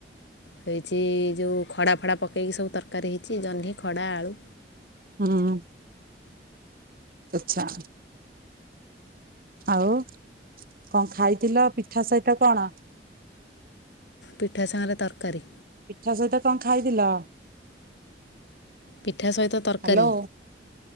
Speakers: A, on the left; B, on the right.
A: ହେଇଛି ଯୋଉ ଖଡ଼ା ଫଡ଼ା ପକେଇକି ସବୁ ତରକାରୀ ହେଇଛି ଜହ୍ନି ଖଡ଼ା ଆଳୁ
B: ହୁଁ ଆଚ୍ଛା। ଆଉ କଣ ଖାଇଥିଲ ପିଠା ସହିତ କଣ?
A: ପିଠା ସାଙ୍ଗରେ ତର କାରି।
B: ପିଠା ସହିତ କଣ ଖାଇଥିଲ?
A: ପିଠା ସହିତ ତରକାରୀ।
B: ହ୍ୟାଲୋ